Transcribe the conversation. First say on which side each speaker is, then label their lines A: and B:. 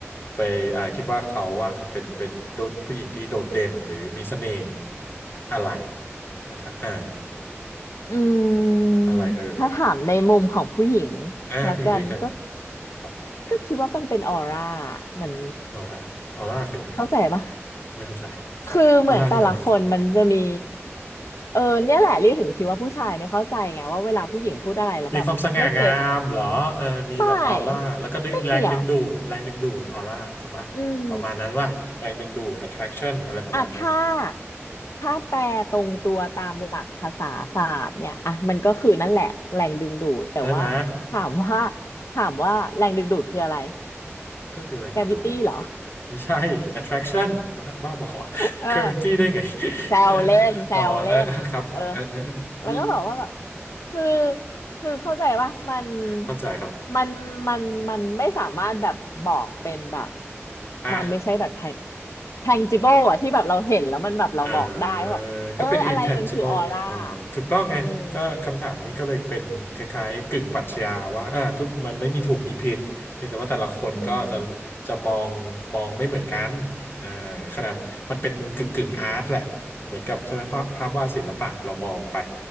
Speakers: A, on the left (about 50°); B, on the left (about 80°).
A: ไปอ่าคิดว่าเขาว่าเป็นเป็นโดดผู้หญิงที่โดดเด่นหรือมีเสน่ห์อะไรอ่าถ้าอ่า
B: อืม
A: อะไรเอ่ย
B: ถ้าถามในมุมของผู้หญิง
A: อ่าผู้หญิงด้วยกัน
B: ละกันก็
A: ครับ
B: ก็คิดว่ามันเป็นออร่ามัน
A: ออร่าออร่าคืออะไรครับ
B: เข้าใจปะ
A: ไม่เข้าใจ
B: คือเหมือนแต่ละคนมันจะมี
A: ออร่าคืออะไร
B: เออเนี่ยแหละเรียกถึงคิดว่าผู้ชายไม่เข้าใจไงว่าเวลาผู้หญิงพูดอะไรแล้วแบบไม่เก็ต
A: <laughs> มีความสง่างามเหรอเออมีแบบออร่าแล้วก็ดึงแรงดึงดูดแรงดึงดูดออร่าถูกปะประมาณนั้นว่าแรงดึงดูด
B: ไม่ไม่เกี่ยวอืม
A: attraction อะไรประมาณนั้น
B: อ่ะถ้าถ้าแปลตรงตัวตามหลักภาษาศาสตร์เนี่ยอ่ะมันก็คือนั่นแหละแรงดึงดูดแต่ว่าถามว่า
A: ใช่ไหม
B: ถามว่าแรงดึงดูดคืออะไร
A: ก็คือแรงดึงดูดไง
B: g ก a วิตี้เหรอ
A: ไม่ใช่ attraction บ้าบ้าบอ <laughs>
B: <laughs> เออ
A: gravity ได้ไง <laughs>
B: แซวเล่นแซวเล่นเออ
A: เอ่ออ๋อเอ่อครับเอ่
B: แล้วก็บอกว่าแบบ
A: อ
B: คือคือเข้าใจว่ามัน
A: เข้าใจครับ
B: มันมันมันไม่สามารถแบบบอกเป็นแบบ
A: อ่ะ
B: มันไม่ใช่แบบ tangible อะที่แบบเราเห็นแล้วมันแบบเราบอกได้ว่าแบบเอออะไรมันคือออร่า
A: อ่าก็เป็น intangible อ่าถูกต้องไงก็คำถามนี้ก็เลยเป็นคล้ายๆกึ่งปรัชญาว่าอ่าทุกมันไม่มีถูกมีผิดเพียงแต่ว่าแต่ละคนก็จะ
B: อืมอืม
A: จะมองมองไม่เหมือนกันอ่าขนาดมันเป็นกึ่งกึ่งอาร์ตแหละเหมือนกับใช่ไหมภาพภาพวาดศิลปะเรามองไป